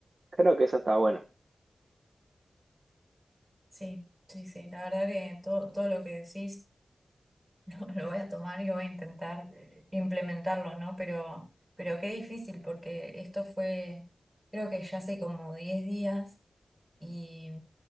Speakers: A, on the right; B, on the right.
A: creo que eso está bueno.
B: Sí, sí, sí. La verdad que todo, todo lo que decís <laughs> lo, lo voy a tomar y voy a intentar implementarlo, ¿no? Pero, pero qué difícil, porque esto fue, creo que ya hace como 10 días y